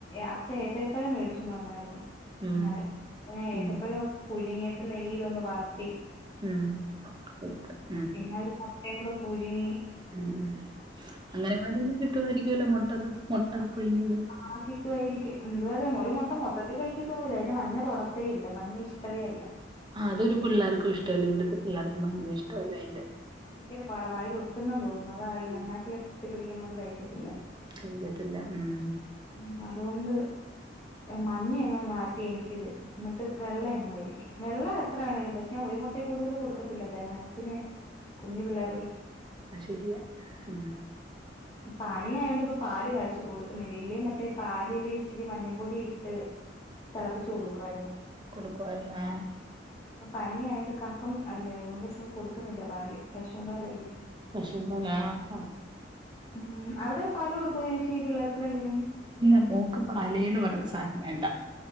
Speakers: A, on the left; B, on the right.
A: അച്ഛൻ രാവിലെ ഏത്തപ്പഴം മേടിച്ചോണ്ട് വന്നായിരുന്നു
B: ഉം
A: ഇന്നലെ അപ്പഞാ ഏത്തപ്പഴം
B: ഉം
A: പുഴുങ്ങിയിട്ട് നെയ്യിൽ ഒന്ന് വാട്ടി
B: ഉം. <unintelligible> ത്ത്
A: പിന്നെ ഒരു മുട്ടയും കൂടെ പുഴിങ്ങി
B: ഉം ഉം അംഗനവാടിലും കിട്ടുവായിരിക്കുവല്ലോ മൊട്ടത് മൊട്ട പുഴുങ്ങിയത്
A: ആഹ് കിട്ടുവായിരിക്കും ന്തുവാ <unintelligible> മോ ഒരു മുട്ട മൊത്തത്തിൽ കഴിക്കത്തൊന്നുല്ല അതിന് മഞ്ഞ തൊടത്തെ ഇല്ല മഞ്ഞ ഇഷ്ടവേ അല്ല
B: അതൊരു പിള്ളാർക്കും ഇഷ്ടവല്ലന്ന്ണ്ട് ഇവിടത്തെ പിള്ളേർക്കും മഞ്ഞ ഇഷ്ടവല്ല അയ്ന്റെ
A: ഭയങ്കര പാടാ വായിലൊട്ടുന്നെന്ന് തോന്നുന്നു അതാ ഈ അണ്ണാക്കിലെ
B: ഉം
A: ഒട്ടി പിടിക്കുന്നോണ്ട് കഴിക്കത്തില്ല
B: കഴിക്കത്തില്ല ഉം.
A: ഉം. അതുകൊണ്ട് മഞ്ഞയങ്ങ് മാറ്റി എനിക്ക് തരും ന്ന്ട്ട് വെള്ളം അങ്ങ് കഴിക്കും വെള്ളം എത്ര ആണേങ്കിലും പക്ഷെ ഞാൻ ഒരു മുട്ടേ കൂടുതല് കൊടുക്കത്തില്ല ദഹനത്തിന് കുഞ്ഞു പിള്ളേരെ
B: ആഹ് ശരിയാ ഉം.
A: പനിയായൊണ്ട് ഇപ്പൊ പാല് കാച്ചി കൊടുക്കുന്നില്ല ഇല്ലേ മറ്റേ പാലില് ഇച്ചിരി മഞ്ഞപ്പൊടി ഇ ട്ട് തിളപ്പിച്ചു കൊടുക്കുവാര്ന്ന്
B: കൊടുക്കുവാര്ന്ന് ഏ
A: പ്പ പനിയായോണ്ട് കഫം അല്ലേ അതുകൊണ്ട് ഇപ്പ കൊടുക്കുന്നില്ല പാല് പശൂമ്പാലല്ലേ
B: പശൂമ്പാലാ ആഹ് ആഹ് അഹ്
A: ഉം. അവിടെ പാല് കൊടുക്കുവോ ചേച്ചി പിള്ളേർക്ക് രണ്ടിനും
B: ഇല്ല മോക്ക് പാലേന്ന് പറഞ്ഞൊര് സാനം വേണ്ട